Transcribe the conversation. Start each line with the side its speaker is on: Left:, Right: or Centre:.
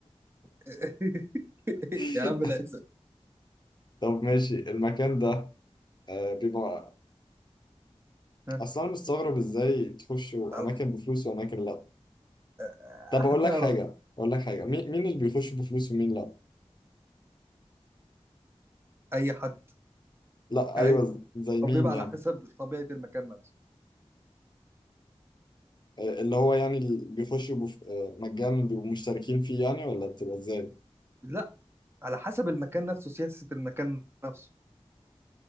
Right: <laughs>
Left: <laughs>
Right: يا عم لا اسأل
Left: طب ماشي المكان ده آه بيبقى
Right: ها،
Left: اصل انا مستغرب ازاي تخشوا
Right: عارف.
Left: اماكن بفلوس واماكن لا
Right: آه،
Left: طب اقول
Right: هتعرف
Left: لك حاجه اقول لك حاجه مين مين اللي بيخش بفلوس ومين لا
Right: اي حد
Left: لا
Right: عادي
Left: ايوه زي مين
Right: او بيبقى
Left: يعني
Right: على حسب طبيعة المكان نفسه
Left: آه، اللي هو يعني اللي بيخشوا بف... آه، مجانا بيبقوا مشتركين فيه يعني ولا بتبقى ازاي
Right: لا على حسب المكان نفسه سياسة المكان نفسه